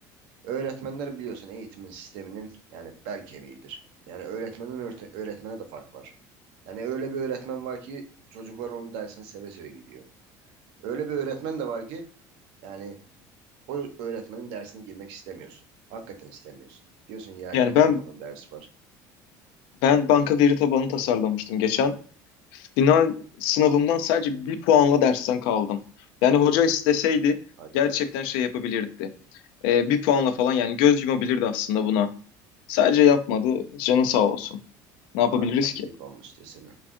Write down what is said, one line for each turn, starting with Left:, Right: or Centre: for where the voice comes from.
Right: öğretmenler biliyorsun eğitimin sisteminin yani bel kemiğidir. Yani öğretmenin örte- öğretmene de fark var. Yani öyle bir öğretmen var ki çocuklar onun dersine seve seve gidiyor. Öyle bir öğretmen de var ki yani o öğretmenin dersine girmek istemiyorsun. Hakikaten istemiyorsun. Diyorsun ya
Left: Yani
Right: gene
Left: ben
Right: mi bunun dersi var?
Left: ben banka veri tabanı tasarlamıştım geçen. Final sınavımdan sadece bir puanla dersten kaldım. Yani hoca isteseydi
Right: Hadi
Left: gerçekten
Right: be
Left: şey yapabilirdi. Ee, bir puanla falan yani göz yumabilirdi aslında buna. Sadece yapmadı. Canı sağ olsun. Ne yapabiliriz
Right: talihsizlik
Left: ki?
Right: olmuş desene.